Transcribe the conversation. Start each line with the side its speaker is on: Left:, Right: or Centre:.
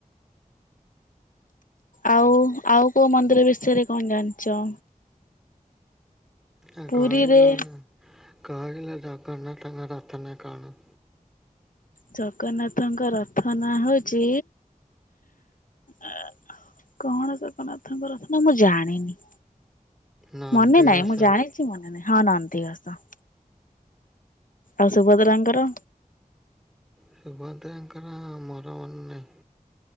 Left: ଆଉ ଆଉ କୋଉ ମନ୍ଦିର ବିଷୟରେ କଣ ଜାଣିଛ।
Centre: ଆଉ
Left: ପୁରୀରେ
Centre: କଇଲ କଇଲ ଜଗନ୍ନାଥଙ୍କ ରଥ ନା କଣ?
Left: ଜଗନ୍ନାଥଙ୍କ ରଥ ନା ହଉଛି ଆ। କଣ ଜଗନ୍ନାଥଙ୍କ ରଥ ନା ମୁଁ ଜାଣିନି
Centre: ନନ୍ଦିଘୋଷ
Left: ମନେ ନାଇଁ ମୁଁ ଜାଣି ଚି ମନେ ନାହିଁ ହଁ ନନ୍ଦିଘୋଷ। ଆଉ ସୁଭଦ୍ରାଙ୍କର।
Centre: ସୁଭଦ୍ରାଙ୍କ ର ମୋର ମନେ ନାହିଁ।